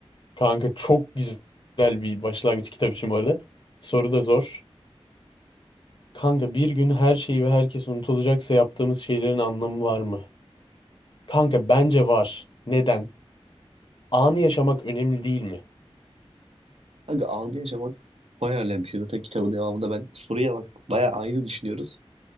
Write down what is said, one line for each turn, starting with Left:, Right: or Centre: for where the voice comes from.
Left: Kanka çok güzel bir başlangıç kitap için bu arada. Soru da zor. Kanka bir gün her şey ve herkes unutulacaksa yaptığımız şeylerin anlamı var mı? Kanka bence var. Neden? Anı yaşamak önemli değil mi?
Right: Kanka anı yaşamak bayağı önemli bir şey. Zaten kitabın devamında ben soruya bak bayağı aynı düşünüyoruz.